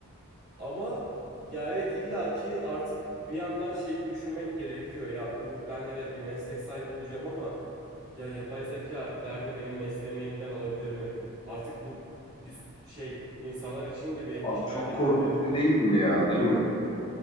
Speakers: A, on the right; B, on the left.
A: Ama ya evet illaki artık bir yandan şeyi düşünmek gerekiyor. Ya bu ben evet bir meslek sahibi olacağım ama Ya yapay zeka ileride benim mesleğimi elinden alabilir mi? Artık bu bir şey insanlar için de bir endişe
B: Abi çok
A: haline gelmeye
B: korkutucu
A: başladı.
B: değil mi ya değil mi?